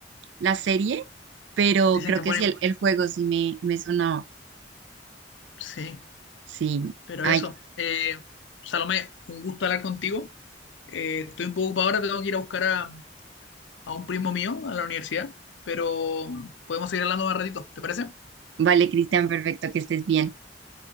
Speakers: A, on the right; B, on the left.
A: la serie, pero
B: Dicen
A: creo
B: que es
A: que
B: bueno
A: sí,
B: igual.
A: el, el juego sí me, me sonaba.
B: Sí,
A: Sí.
B: pero
A: Ay,
B: eso. Eh, Salomé, un gusto hablar contigo. Eh, estoy un poco ocupado ahora, tengo que ir a buscar a, a un primo mío a la universidad, pero podemos seguir hablando más ratito, ¿te parece?
A: vale, Cristian, perfecto, que estés bien.